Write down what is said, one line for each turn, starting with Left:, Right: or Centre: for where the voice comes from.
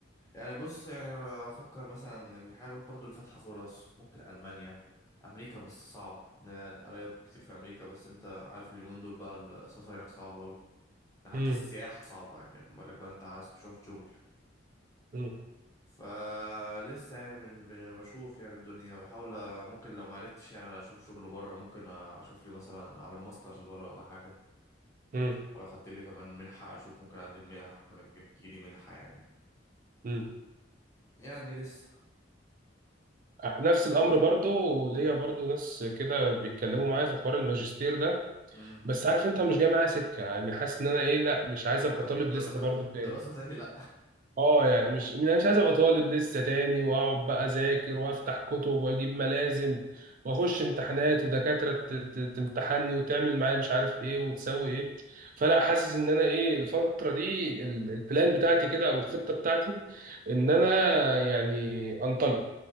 Left: يعني بص يعني افكر مثلا الحاجة برضو اللي فاتحة فرص ممكن المانيا امريكا بس صعب إن قرايب كتير في امريكا بس انت عارف اليومين دول بقى السفر هناك صعب قوي ده حتى
Right: مم.
Left: السياحة صعبة يعني بالك بقى انت عايز تروح شغل
Right: مم.
Left: فلسه يعني بن بن- بشوف يعني الدنيا بحاول أ- ممكن لو معرفتش يعني اشوف شغل بره ممكن اشوف لي مثلا اعمل ماسترز بره ولا حاجه
Right: مم.
Left: ولا خدت لي كمان منحه اشوف ممكن اقدم منح ممكن أجيب- تيجي لي منحه يعني
Right: مم.
Left: يعني لسه
Right: آه، نفس الامر برضو ليا برضو ناس كده بيتكلموا معايا في حوار الماجستير ده
Left: امم
Right: بس عارف انت مش جاي معايا سكه يعني حاسس ان انا ايه لا مش عايز ابقى
Left: <laughs>
Right: طالب لسه
Left: در...
Right: برضو تاني
Left: دراسه تاني لا
Right: اه يعني مش انا مش عايز ابقى طالب لسه تاني واقعد بقى اذاكر وافتح كتب واجيب ملازم واخش امتحانات ودكاتره ت- ت- تمتحني وتعمل معايا مش عارف ايه وتسوي ايه فلا حاسس ان انا ايه الفتره دي ال- البلان بتاعتي كده او الخطه بتاعتي ان انا يعني انطلق